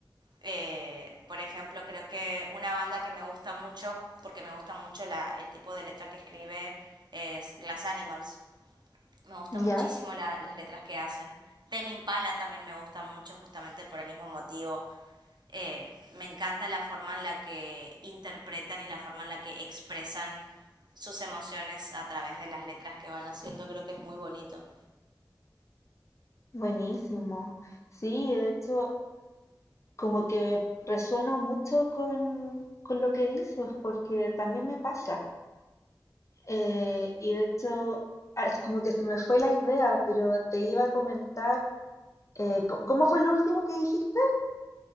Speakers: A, on the right; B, on the left.
A: Eh, por ejemplo, creo que una banda que me gusta mucho, porque me gusta mucho la- el tipo de letra que escribe, es Glass Animals me gustan
B: ¿Ya?
A: muchísimo la- las letras que hacen. Temi Impala también me gusta mucho, justamente por el mismo motivo. Eh, me encanta la forma en la que interpretan y la forma en la que expresan sus emociones a través de las letras que van haciendo. Creo que es muy bonito.
B: Buenísimo. Sí, de hecho, como que resueno mucho con, con lo que dices, porque también me pasa. Eh, y de hecho, ah, es como que se me fue la idea, pero te iba a comentar, eh, co- ¿cómo fue lo último que dijiste?